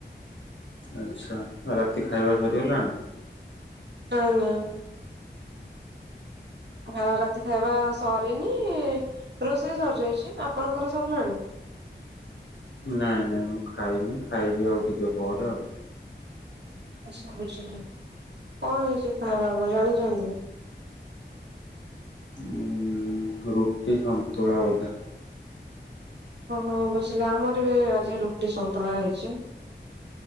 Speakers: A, on the left; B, on the right.
A: ଆଚ୍ଛା, ରାତି ଖାଇବା ସରିଗଲାଣି?
B: ନା ନା। ରା ରାତି ଖାଇବା ସରିନି ରୋଷେଇ ସରିଯାଇଛି, ଆପଣଙ୍କର ସରିଲାଣି?
A: ନାଇଁ ନାଇଁ ମୁଁ ଖାଇନି ଖାଇବି ଆଉ ଟିକେ ପରେ ଆଉ।
B: ସେ ବୁଝିଲି କଣ ହେଇଛି ଖାଇବାକୁ ଜାଣିଛନ୍ତି?
A: ଉଁ ରୁଟି ସନ୍ତୁଳା ବୋଧେ।
B: ହଁ ହଁ ବୁଝିଲି, ଆମର ବି ଆଜି ରୁଟି ସନ୍ତୁଳା ହେଇଛି।